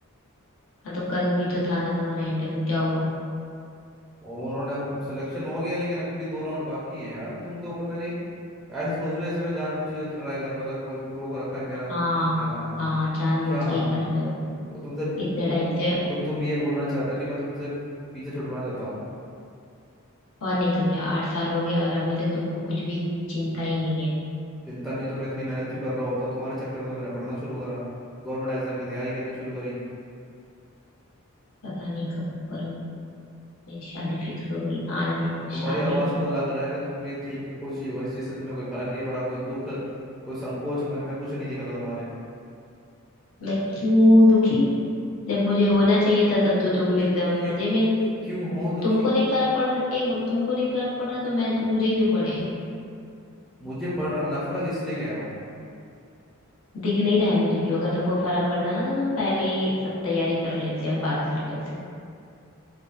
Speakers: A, on the left; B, in the centre.
A: हाँ तो कल भी तो था ना तुम्हारा इंटरव्यू क्या हुआ
B: और उन्होंने सिलेक्शन हो गया लेकिन अभी भी दो राउंड बाकी हैं यार तुम तो पता नहीं ऐसे सोच रहे हो जैसे मैं जानबूझ के कुछ ट्राई कर रहा हूँ अलग वो रोक रखा है मेरा
A: हाँ
B: क्या
A: हाँ जानबूझ
B: क्या
A: के
B: हाँ
A: ही कर रहे हो तुम
B: तो तुमसे पीछे-
A: इतने
B: तुम
A: टाइम से
B: तो तुम ये बोलना चाह रहे हो कि मैं तुमसे पीछे छुड़वाना चाहता हूँ
A: और नहीं तो क्या आठ साल हो गए और अभी तक तुमको कुछ भी चिंता ही नहीं है
B: चिंता नहीं तो मैं इतनी मेहनत क्यों कर रहा होता तुम्हारे चक्कर में तो मैंने पढ़ना शुरू करा गवर्नमेंट एग्जाम की तैयारी करनी शुरू करी
A: पता नहीं कब करो मेरी शादी फिक्स हो गई आ जाना
B: और तुम्हारी
A: शादी
B: आवाज़ से
A: में
B: तो लग रहा है कि तुम भी ठीक ही खुश ही हो इस चीज़ से तुम्हें कोई फर्क नहीं पड़ा कोई दुख कोई संकोच मन में कुछ नहीं दिख रहा तुम्हारे
A: मैं क्यों दुखी जब मुझे होना चाहिए था तब
B: क्यों
A: तो तुम
B: क्यों
A: एकदम
B: क्यों
A: मजे में
B: क्यों हो दुखी
A: तुमको नहीं फर्क पड़ रहा एक मिनट तुमको नहीं फर्क पड़ रहा तो मैं मुझे क्यों पड़ेगा
B: मुझे पड़ रहा ना फर्क इसलिए कह रहा हूँ
A: दिख नहीं रहा है मुझे क्यों अगर तुमको फर्क पड़ता ना तो तुम पहले ही सब तैयारी कर लेते और बात कर लेते